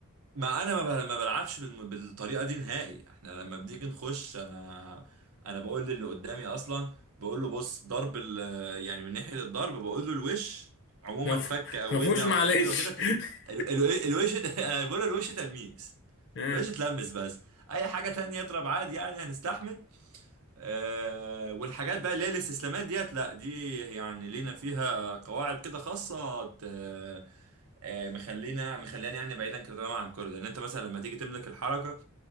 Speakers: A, on the right; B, on the left.
A: ما انا ما بل- ما بلعبش بالم- بالطريقه دي نهائي احنا لما بنيجي نخش انا انا بقول للي قدامي اصلا بقول له بص ضرب ال... يعني من ناحيه الضرب بقول له الوش عموما
B: ما ف-
A: فك
B: <laughs>
A: او
B: ما فيهوش
A: ودن او
B: معلش
A: مناخير وكده ت...
B: <laughs>
A: ال... ال... الوش ت- <laughs> أنا بقول له الوش تلميس
B: اه.
A: الوش اتلمس بس اي حاجه تانية اضرب عادي يعني هنستحمل أه... والحاجات بقى اللي هي الاستسلامات ديت لا دي يعني لينا فيها قواعد كده خاصه آه، آه، مخلينا مخلينا يعني بعيدا كده تماما عن كل ده ان انت مثلا لما تيجي تملك الحركه